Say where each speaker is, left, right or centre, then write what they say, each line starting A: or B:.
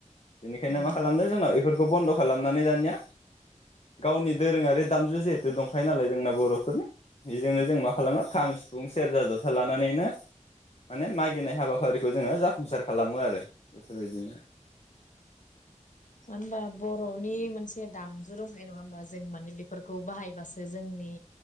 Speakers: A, on the left; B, on the left.
A: बेनिखायनो
B: औ
A: मा खालामदों
B: नंगौ
A: जोंनाव इफोरखौ बन्द खालामनानै दानिया गावनि दोरोङारि दामजु जिहेथु दंखायो नालाय जोंना बरफोरनि बेजोंनो जों मा खालामो खाम सिफुं सेरजा जथा लानानैनो माने मागिनाय हाबाफारिखौ जोङो जाफुंसारो खालामो आरो बेफोर बायदिनो
B: मानो होनबा बरनि मोनसे दामजु दंखायो नङा होमबा जों माने बेफोरखौ बाहायबासो जोंनि